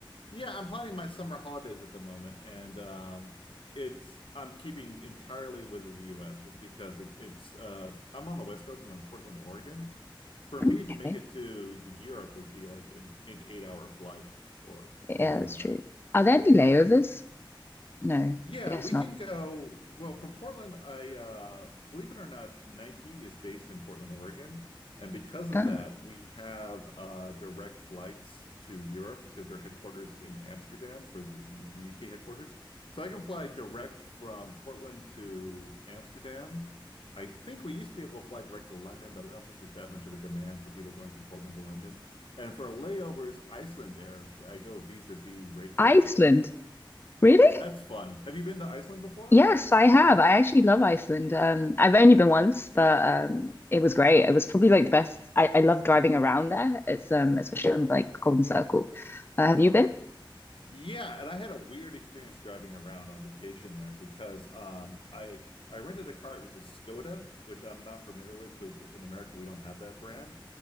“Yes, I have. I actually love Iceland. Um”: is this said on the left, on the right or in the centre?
Left